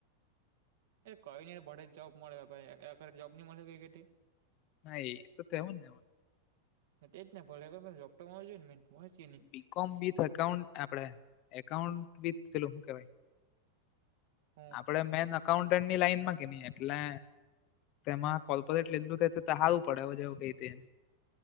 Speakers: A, on the right; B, on the left.
A: એ કઈ નને ભડે જ જોબ મળેરે જોબ નઈ મળેઈ
B: નહી તો તેવ નેં
A: એ જ ભલે પટોય <unintelligible> ને મેંહો નહી
B: બી કોમ વિથ એકાઉ આપડે એકઉન્ટ વિથ પેલું શું કેવાય?
A: હ
B: આપડે મેન અઉન્ટન્ટની લાઈનમાં કેની એટલે તેમાં કોર્પોરેટ લેધલું તો તે હારું પડે જેવુ કઈ ર